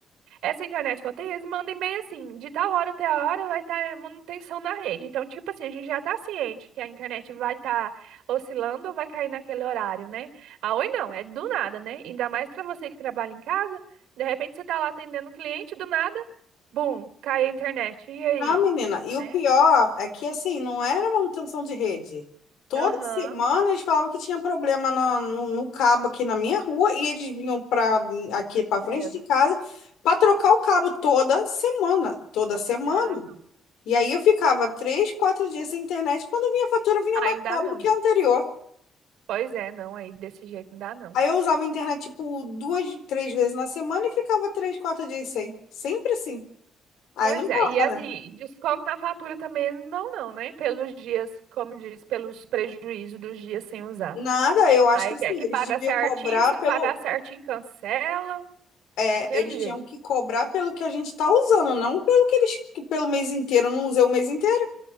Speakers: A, on the right; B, on the left.
A: Essa internet que eu tenho, eles mandam e-mail assim, de tal hora até a hora vai estar manutenção na rede. Então, tipo assim, a gente já está ciente que a internet vai estar oscilando ou vai cair naquele horário, né? A Oi não, é do nada, né? Ainda mais para você que trabalha em casa, de repente você tá lá atendendo um cliente, do nada, bum, cai a internet. E aí?
B: Não, menina. E
A: Né?
B: o pior é que, assim, não era manutenção de rede. Toda
A: Aham,
B: semana eles falavam que tinha problema na- no, no cabo aqui na minha rua e eles vinham para aqui para
A: credo.
B: frente de casa para trocar o cabo toda semana. Toda semana.
A: Ah, não.
B: E aí eu ficava três, quatro dias sem internet. Quando vinha a fatura, vinha
A: Ainda
B: mais cara
A: não.
B: do que
A: né?
B: a anterior.
A: Pois é, não, aí desse jeito não dá não.
B: Aí eu usava a internet, tipo, duas, três vezes na semana e ficava três, quatro dias sem. Sempre assim. Aí
A: Pois
B: não
A: é,
B: rola,
A: e assim,
B: né?
A: desconto na fatura também eles não dão, não, né? Pelos dias, como diz, pelos prejuízos dos dias sem usar.
B: Nada, eu acho
A: Aí
B: que assim,
A: quer que
B: eles
A: paga
B: deviam
A: certinho,
B: cobrar
A: se não
B: pelo.
A: pagar certinho, cancela,
B: é,
A: daquele
B: eles tinham
A: jeito.
B: que cobrar pelo que a gente está usando, não pelo que eles, que pelo mês inteiro. Eu não usei o mês inteiro,